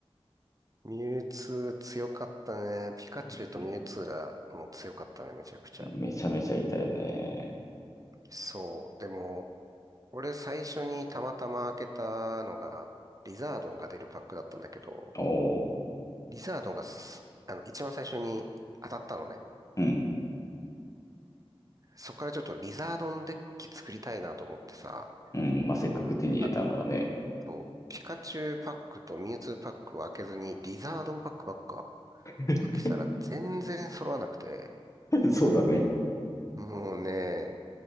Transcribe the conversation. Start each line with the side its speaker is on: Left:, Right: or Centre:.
Right: ミュウツー強かったね。ピカチュウとミュウツーがもう強かったね、
Left: うん
Right: めちゃくちゃ。
Left: めちゃめちゃいたよね。
Right: そう。でも、俺最初にたまたま開けたのが、リザードンが出るパックだったんだけど、
Left: おお。
Right: リザードンがすあの、一番最初に当たったのね。
Left: うん。
Right: そこからちょっとリザードンデッキ作りたいなと思ってさ、
Left: うん。まあ、せっかく手に入れたならね。
Right: あと、ピカチュウパックとミュウツーパックを開けずに、リザードンパックばっか
Left: <laughs>
Right: 開けたら全然揃わなくて、
Left: そうだね。
Right: もうね、